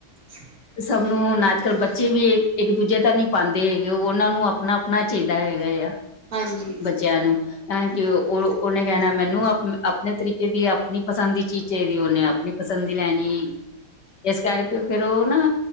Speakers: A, on the right (about 55°); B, on the left (about 80°).
A: ਅੱਛ <unintelligible>
B: ਸਭ ਨੂੰ ਹੁਣ ਅੱਜ ਕੱਲ੍ਹ ਬੱਚੇ ਵੀ ਇੱਕ ਦੂਜੇ ਦਾ ਨਹੀਂ ਪਾਉਂਦੇ ਹੈਗੇ ਉਹ ਉਹਨਾਂ ਨੂੰ ਆਪਣਾ ਆਪਣਾ ਚਾਹੀਦਾ ਹੈਗਾ ਆ
A: ਹਾਂਜੀ
B: ਬੱਚਿਆਂ ਨੂੰ ਹ ਕਿ ਉਹ ਉਹਨੇ ਕਹਿਣਾ ਮੈਨੂੰ ਆਪ ਆਪਣੇ ਤਰੀਕੇ ਦੀ ਆਪਣੀ ਪਸੰਦ ਦੀ ਚੀਜ਼ ਚਾਹੀਦੀ ਉਹਨੇ ਆਪਣੀ ਪਸੰਦ ਦੀ ਲੈਣੀ ਹੈ ਇਸ ਕਰਕੇ ਫੇਰ ਉਹ ਨਾ